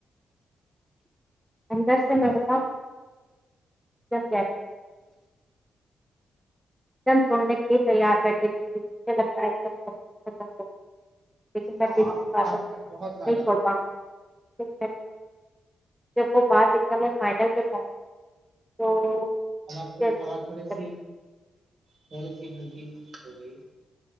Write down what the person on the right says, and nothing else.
تو
آپ
کے
پاس
میں بہت زیادہ
ااز
آاز تھڑچھی کونک کی ہھنکی ہو گئی